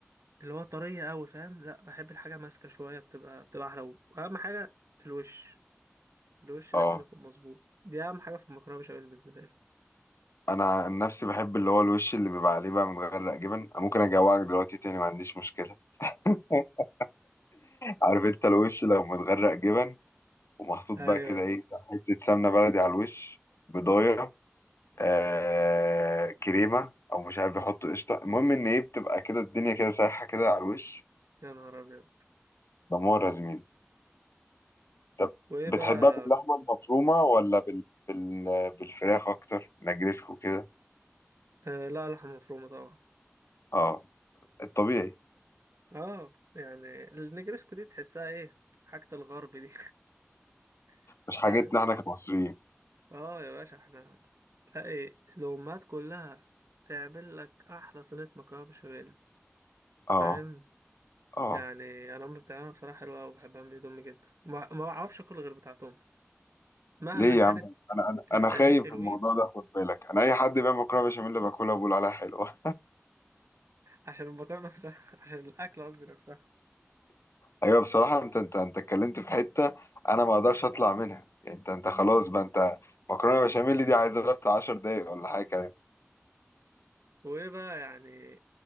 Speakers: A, on the right; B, on the left.
A: اللي هو طريه قوي فاهم لا بحب الحاجه ماسكه شويه بتبقى بتبقى احلى واهم حاجه الوش الوش
B: اه
A: لازم يكون مظبوط دي اهم حاجه في المكرونه بشاميل بالنسبه لي
B: انا عن نفسي بحب اللي هو الوش اللي بيبقى عليه بقى متغرق جبن أنا ممكن اجوعك دلوقتي تاني ما عنديش مشكله <laughs> عارف انت الوش لو متغرق جبن ومحطوط
A: ايوه
B: بقى كده ايه حته سمنه بلدي على الوش بضايه آه كريمه او مش عارف بيحطوا قشطه المهم ان ايه بتبقى كده الدنيا كده سايحه كده على الوش
A: يا نهار ابيض
B: دمار يا زميلي طب
A: وايه
B: بتحبها
A: بقى
B: باللحمه المفرومه ولا بال... بال... بالفراخ اكتر نجرسكو كده
A: آه لا لحمة مفرومة طبعا
B: اه الطبيعي
A: اه يعني النجرسكو دي تحسها ايه حاجة الغرب دي <laughs>
B: مش حاجتنا
A: فاهم
B: احنا كمصريين
A: اه يا باشا احنا تلاقي الأمهات كلها تعمل لك أحلى صينية مكرونة بشاميل فاهم
B: اه اه
A: يعني أنا أمي بتعملها بصراحة حلوة أوي بحب أعمل دي أمي جدا ما ما بعرفش أكل غير بتاعت أمي مهما
B: ليه
A: كانت
B: يا عم انا انا
A: التانيين
B: انا خايف
A: حلوين
B: من الموضوع ده خد بالك انا اي حد بيعمل مكرونه بشاميل باكلها بقول عليها حلوه
A: عشان المكرونة نفسها <laughs> عشان الأكل قصدي نفسها
B: ايوه بصراحه انت انت انت اتكلمت في حته انا ما اقدرش اطلع منها يعني انت انت خلاص بقى انت مكرونه بشاميل دي عايزه لها بتاع 10 دقايق ولا حاجه كمان
A: وإيه بقى يعني